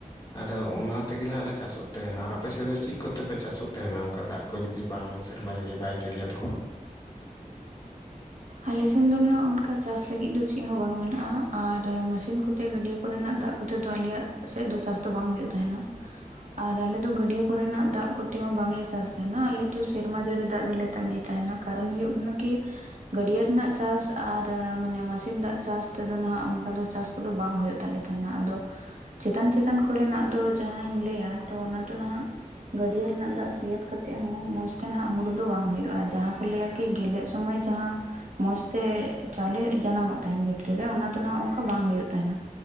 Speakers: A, on the left (about 30°); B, on the right (about 60°).
A: ᱟᱫᱚ ᱚᱱᱟ ᱛᱮᱜᱤ ᱱᱟᱜ ᱞᱮ ᱪᱟᱥᱚᱜ ᱛᱟᱦᱮᱱᱟ, ᱟᱨ ᱟᱯᱮ ᱥᱮᱫ ᱫᱚ ᱪᱮᱫ? ᱠᱚᱛᱮᱯᱮ ᱪᱟᱥᱚᱜ ᱛᱟᱦᱮᱱᱟ ᱚᱝᱠᱟ ᱫᱟᱜ ᱠᱚ ᱡᱩᱫᱤ ᱵᱟᱝ ᱥᱮᱨᱢᱟ ᱡᱟᱹᱲᱤ ᱵᱟᱭ ᱡᱟᱹᱲᱤᱭᱟ ᱛᱚᱠᱷᱚᱱ?
B: ᱟᱞᱮᱥᱱ ᱫᱚ ᱱᱟᱦᱟᱜ ᱚᱱᱠᱟ ᱪᱟᱥ ᱞᱟᱹᱜᱤᱫ ᱫᱚ ᱪᱮᱫ ᱦᱚᱸ ᱵᱟᱝ ᱢᱮᱱᱟᱜᱼᱟ᱾ ᱟᱨ ᱢᱟᱥᱤᱱ ᱠᱚ ᱛᱮ ᱜᱟᱹᱰᱭᱟᱹ ᱠᱚᱨᱮᱱᱟᱜ ᱫᱟᱜ ᱠᱚᱛᱮ ᱫᱚ ᱟᱞᱮᱭᱟᱜ ᱥᱮᱫ ᱫᱚ ᱪᱟᱥ ᱫᱚ ᱵᱟᱝ ᱦᱩᱭᱩᱜ ᱛᱟᱦᱮᱱᱟ, ᱟᱨ ᱟᱞᱮ ᱫᱚ ᱜᱟᱹᱰᱭᱟᱹ ᱠᱚᱨᱮᱱᱟᱜ ᱫᱟᱜ ᱠᱚᱛᱮ ᱦᱚᱸ ᱵᱟᱝᱞᱮ ᱪᱟᱥ ᱟᱞᱮ ᱫᱚ ᱥᱮᱨᱢᱟ ᱡᱟᱹᱲᱤ ᱫᱟᱜ ᱜᱮᱞᱮ ᱛᱟᱸᱜᱤ ᱛᱟᱦᱮᱱᱟ ᱠᱟᱨᱚᱱ ᱦᱩᱭᱩᱜ ᱠᱟᱱᱟ ᱠᱤ ᱜᱟᱹᱰᱭᱟᱹ ᱨᱮᱱᱟᱜ ᱪᱟᱥ ᱟᱨ ᱢᱟᱱᱮ ᱢᱟᱹᱥᱤᱱ ᱫᱟᱜ ᱪᱟᱥ ᱛᱮᱫᱚ ᱱᱟᱦᱟᱜ, ᱚᱱᱠᱟ ᱫᱚ ᱪᱟᱥ ᱠᱚᱫᱚ ᱵᱟᱝ ᱦᱩᱭᱩᱜ, ᱛᱟᱞᱮ ᱛᱟᱦᱮᱱᱟ ᱟᱫᱚ ᱪᱮᱛᱟᱱ ᱪᱮᱛᱟᱱ ᱠᱚᱨᱮᱱᱟᱜ ᱫᱚ, ᱡᱟᱦᱟᱸᱧ ᱞᱟᱹᱭᱟ ᱛᱚ ᱚᱱᱟ ᱫᱚ ᱱᱟᱦᱟᱜ ᱜᱟᱹᱰᱭᱟᱹ ᱨᱮᱱᱟᱜ ᱫᱟᱜ ᱥᱤᱭᱟᱹᱛ ᱠᱟᱛᱮᱫ ᱦᱚᱸ ᱢᱚᱡᱽ ᱛᱮ ᱱᱟᱦᱟᱜ ᱦᱩᱲᱩ ᱫᱚ ᱵᱟᱝ ᱦᱩᱭᱩᱜᱼᱟ᱾ ᱡᱟᱦᱟᱸ ᱠᱚ ᱞᱟᱹᱭᱟ ᱠᱤ ᱜᱮᱞᱮᱫ ᱥᱚᱢᱚᱭ ᱡᱟᱦᱟᱸ ᱢᱚᱡᱽᱛᱮ ᱪᱟᱣᱞᱤ ᱡᱟᱱᱟᱢᱚᱜ ᱛᱟᱦᱮᱱ, ᱵᱷᱤᱛᱨᱤ ᱨᱮ ᱚᱱᱟ ᱫᱚ ᱱᱟᱦᱟᱜ ᱚᱱᱠᱟ ᱵᱟᱝ ᱦᱩᱭᱩᱜ ᱛᱟᱦᱮᱱᱟ᱾